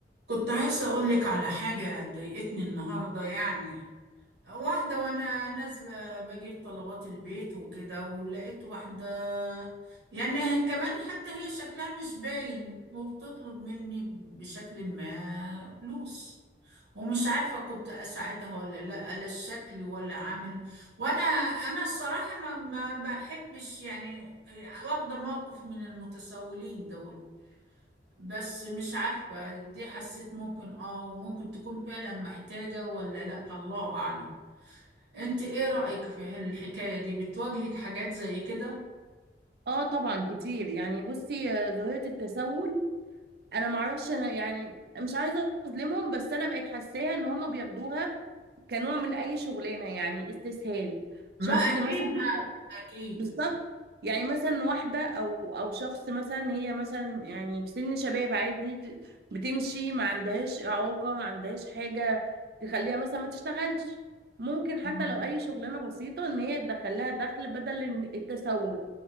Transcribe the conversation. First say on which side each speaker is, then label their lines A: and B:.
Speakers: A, on the right; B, on the right.
A: كنت عايزة أقولك على حاجة ضايقتني النهاردة يعني واحدة وأنا نازلة بجيب طلبات البيت وكده ولقيت واحدة يعني كمان حتى هي شكلها مش باين وبتطلب مني بشكل ما فلوس ومش عارفة كنت أساعدها ولا لأ لا الشكل ولا عامل وأنا أنا الصراحة ما, ما بحبش يعني واخدة موقف من المتسولين دول بس مش عارفة دي حسيت ممكن اه وممكن تكون فعلا محتاجة ولا لا الله أعلم انت ايه رأيك في الحكاية دي بتواجهك حاجات زي كده
B: اه طبعا كتير يعني بصي آه، ظاهرة التسول انا معرفش انا يعني مش عايزة اظلمهم بس انا بقيت حاساها ان هما بياخدوها كنوع من اي شغلانة يعني استسهال
A: ما
B: شخص
A: اكيد
B: مثلا
A: ما اكيد
B: بالظبط يعني مثلا واحدة او او شخص مثلا هي مثلا يعني في سن شباب عادي ت- بتمشي ما عندهاش اعاقة ما عندهاش حاجة تخليها مثلا ما تشتغلش ممكن حتى
A: مم.
B: لو اي شغلانة بسيطة ان هي تدخلها دخل بدل التسول